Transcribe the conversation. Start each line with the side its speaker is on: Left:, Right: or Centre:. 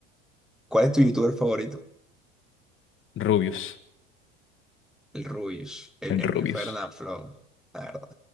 Centre: ¿Cuál es tu youtuber favorito?
Left: Rubius,
Centre: El Rubius, el,
Left: el
Centre: el
Left: Rubius.
Centre: mío fue Flow, la verdad.